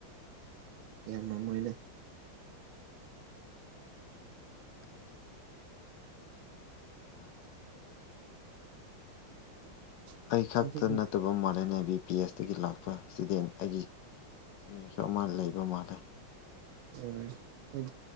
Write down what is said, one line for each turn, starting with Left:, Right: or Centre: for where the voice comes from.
Right: ꯌꯥꯝ ꯃꯣꯏꯗ
Left: ꯑꯗꯨꯒꯤ ꯌꯥꯗ꯭ꯔꯦ
Right: ꯎꯝ
Left: ꯑꯩ ꯈꯛꯇ
Right: ꯑꯗꯨ
Left: ꯅꯠꯇꯕ ꯃꯥꯂꯦꯝꯂꯦꯅ ꯕꯤ ꯄꯤ ꯑꯦꯁꯇꯒꯤ ꯂꯥꯛꯄ ꯏꯁꯇꯨꯗꯦꯟ ꯑꯩꯒꯤ ꯁꯤꯅꯤꯌꯔꯁꯨ ꯃꯥ ꯂꯩꯕ ꯃꯥꯜꯂꯦ
Right: ꯑ ꯍꯣꯏ